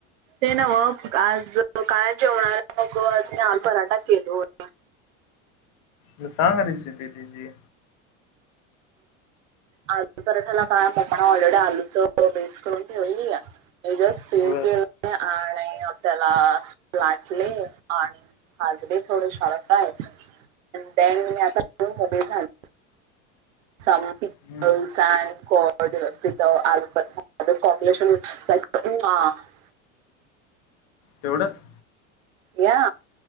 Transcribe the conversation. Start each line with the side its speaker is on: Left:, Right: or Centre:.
Right: ते नव्ह आज काय जेवणाला मग आज मी आलू पराठा केलोय
Left: मग सांग रेसिपी तेजी?
Right: आलू पराठाला काय पपांनी ऑलरेडी आलूच बेस करून ठेवलेली. म जस्ट फील
Left: बर
Right: केले आणि त्याला लाटले आणि आज बि थोड शाळेत हाय ते मी आता मोकळी झाले <inaudible>
Left: हम्म
Right: <inaudible>
Left: तेवढंच
Right: या